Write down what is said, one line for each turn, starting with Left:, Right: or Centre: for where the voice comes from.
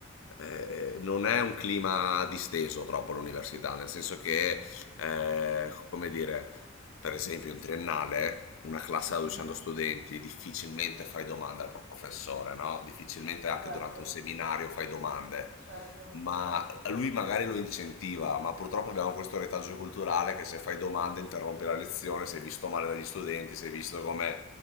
Left: eh, non è un clima disteso troppo all'università, nel senso che, eh, come dire, per esempio in triennale, una classe
Right: Mhm.
Left: da 200 studenti, difficilmente fai domande al professore, no? Difficilmente anche
Right: Certo,
Left: durante un seminario fai domande.
Right: certo,
Left: Ma
Right: certo.
Left: lui magari lo incentiva, ma purtroppo abbiamo questo retaggio culturale che se fai domande interrompi la lezione, sei visto male dagli studenti, sei visto come